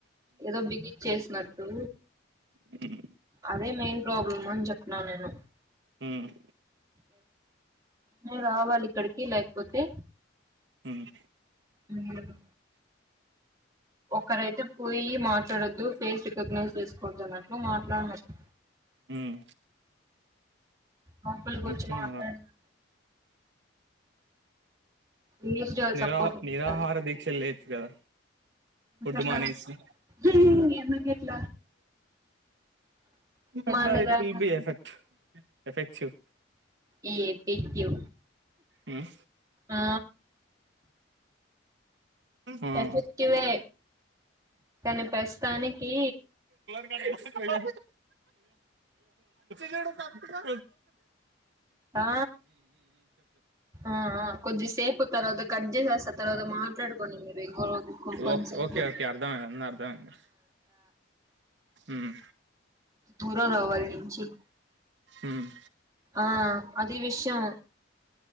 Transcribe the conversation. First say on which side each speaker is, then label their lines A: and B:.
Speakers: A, on the right; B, on the right.
A: ఏదో బిగిచ్చేసినట్టు
B: హ్మ్
A: అదే మెయిన్ ప్రాబ్లం అని చెప్న నేను
B: హ్మ్
A: నేను రావాలి ఇక్కడికి లేకపోతే
B: హ్మ్
A: మీరు ఒక్కరైతే పోయి మాట్లాడొద్దు ఫేస్ రికగ్నైజ్ చేసుకోవద్దు అన్నట్లు మాట్లాడినం
B: ఉమ్
A: లోపలికి
B: నిత్యం
A: వచ్చి మాట్లాడినటు వీడియోస్ చాలా
B: నిరా
A: సపోర్ట్ ఉంటాది
B: నిరాహార దీక్షలు చేయొచ్చు కదా ఫుడ్
A: ఎందుకట్ల
B: మానేసి
A: ఉహ్ ఎందుకట్ల <unintelligible>
B: అట్లా it will be effect effective
A: ఈ ఎపిక్లు
B: ఉమ్
A: ఆ
B: ఉమ్ ఉమ్
A: ఎఫెక్టివే కానీ ఫస్ట్ కానీ కీ
B: హత్య చేయటంతప్పుగా
A: ఆ ఆఆ కొద్దిసేపు తర్వాత కట్ చేసేస్తాను తర్వాత మాట్లాడుకోండి మీరు ఇంకొది కొంచెం
B: ఓకే
A: సేపు
B: ఓకే ఓకే అర్థమైంది అర్థమైంది ఉమ్
A: దూరాళ్ల నుంచీ
B: ఉమ్
A: ఆ అది విషం